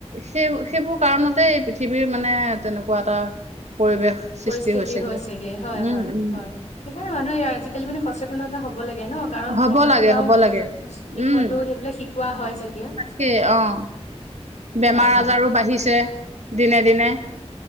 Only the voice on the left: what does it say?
পৰিস্থিতি হৈছেগে হয়-
হয়-হয়
সেইকাৰণে মানুহে আজিকালি মানে সচেতনত লাগে ন'কাৰণ
পঢ়া-
শুনাও
দিশতো
সেইবিলাক শিকোৱা হয় যেতিয়া
হয়
হয়